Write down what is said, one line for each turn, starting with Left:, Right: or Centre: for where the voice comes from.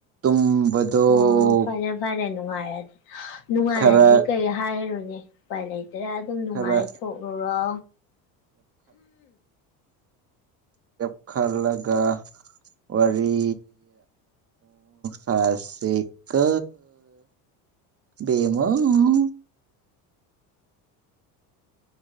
Right: ꯎꯕꯗꯣ
Left: ꯑꯣ ꯐꯔꯦ ꯐꯔꯦ ꯅꯨꯡꯉꯥꯏꫪꯗꯤ ꯅꯨꯡꯉꯥꯏꯔꯗꯤ
Right: ꯈꯔ
Left: ꯀꯔꯤ ꯍꯥꯏꯔꯨꯅꯤ ꯎꯄꯥꯏ ꯂꯩꯇ‌‍꯭ꫪ‌ꯦ ꯑꯗꯨꯝ ꯅꯨꯡꯉꯥꯏꯊꯣꯛꯎꯨꯔꯣ
Right: ꯈꯔ ꯆꯞꯈꯠꯂꯒ ꯋꯥꯔꯤ ꯄꯣꯊꯁꯤꯀꯣ ꯕꯦꯝꯃꯑꫭ꯫